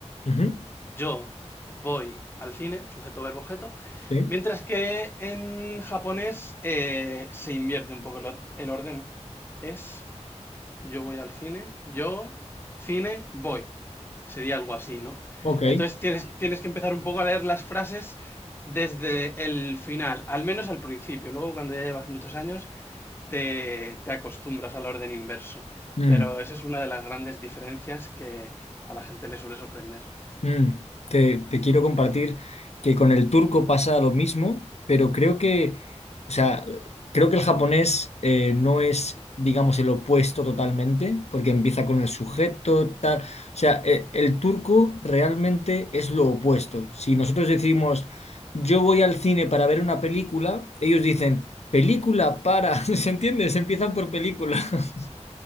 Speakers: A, on the left (about 65°); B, on the left (about 20°).
A: ujú,
B: yo voy al cine, sujeto, verbo, objeto,
A: sí.
B: mientras que en japonés eh, se invierte un poco el, or- el orden. Es yo voy al cine, yo, cine, voy. Sería algo así, ¿no?
A: Ok.
B: Entonces tienes, tienes que empezar un poco a leer las frases desde el final, al menos al principio. Luego, cuando ya llevas muchos años, te, te acostumbras al orden inverso.
A: Mm,
B: Pero esa es una de las grandes diferencias que a la gente le suele sorprender.
A: Mm, te, te quiero compartir que con el turco pasa lo mismo, pero creo que, o sea, creo que el japonés eh, no es, digamos, el opuesto totalmente, porque empieza con el sujeto, tal. O sea, eh, el turco realmente es lo opuesto. Si nosotros decimos, yo voy al cine para ver una película, ellos dicen, película para, <laughs> ¿se entiende? Se empiezan por película. <laughs>